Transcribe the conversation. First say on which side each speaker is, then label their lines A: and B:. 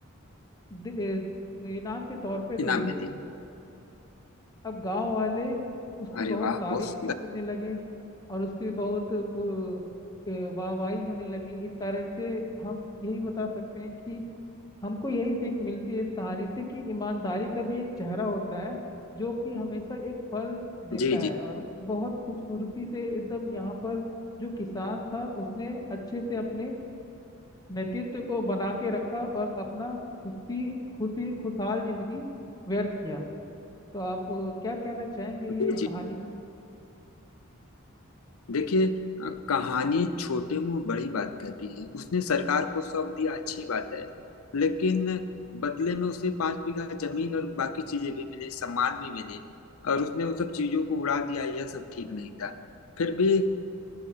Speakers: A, on the left; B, on the left.
A: दे- इनाम के तौर पे दे
B: इनाम
A: दिया
B: में थी
A: अब गांव वाले उसकी
B: अरे
A: बहुत
B: वाह
A: तारीफ
B: बहुत सुंदर
A: भी करने लगे और उसकी बहुत पु- ए, वाहवाही होने लगी इस कारण से हम यही बता सकते हैं कि हमको यही सीख मिलती है इस कहानी से कि ईमानदारी का भी एक चेहरा होता है जो कि हमेशा एक फल देता
B: जी
A: है
B: जी
A: और बहुत खूबसूरती से एकदम यहाँ पर जो किसान था उसने अच्छे से अपने नेतृत्व को बना के रखा और अपना खुशी खुशी खुशहाल जिंदगी व्यर्थ किया तो आप अ, क्या कहना चाहेंगे ये
B: जी जी
A: कहानी में
B: देखिए अ, कहानी छोटे मुंह बड़ी बात कहती है उसने सरकार को सौंप दिया अच्छी बात है लेकिन बदले में उसे पांच बीघा जमीन और बाकी चीजें भी मिली सम्मान भी मिली और उसने उन सब चीजों को उड़ा दिया यह सब ठीक नहीं था फिर भी अ,